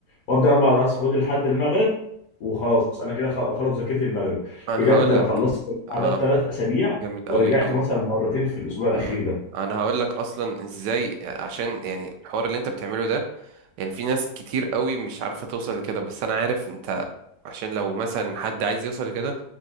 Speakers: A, on the left; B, on the right.
A: وابدا انا بعد العصر خد لحد المغرب وخلاص انا كده خل- خلص مذاكرتي للمغرب
B: انا
A: بجد
B: هقول
A: انا
B: لك
A: خلصت البتاع
B: اه
A: ده في ثلاث اسابيع
B: جامد قوي
A: ورجعت
B: قوي
A: مثلا مرتين في الاسبوع الاخير
B: مم.
A: ده
B: انا هقول لك اصلا ازاي عشان يعني الحوار اللي انت بتعمله ده يعني في ناس كتير قوي مش عارفه توصل لكده بس انا عارف انت عشان لو مثلا حد عايز يوصل لكده